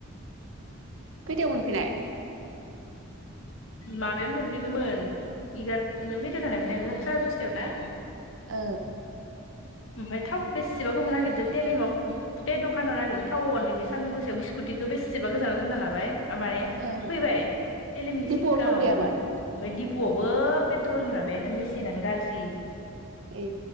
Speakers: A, on the right; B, on the left.
A: खैथायाव मोनफैनाय
B: माबायावनो मोनफैगौमोन एगार <unintelligible> थानायमोनथाय साराय दसथायाव ना
A: ओ
B: ओमफ्राय थाव बेसेबा गोब नागिरदो तेलेमाव गुथे दखानाव नागिरदो थावनो गैया सान्दुं गोसायाव स्कुटिखौ बेसेबा गोजानाव दोनना लाबाय माने
A: ओं
B: फैबाय तेलिमनि
A: डिपुआव
B: सिगाङावनो
A: थाव गैयामोन
B: ओमफ्राय दिपुआवबो पेट्रलनि माबायानो मेसिनानो गाज्रि
A: ए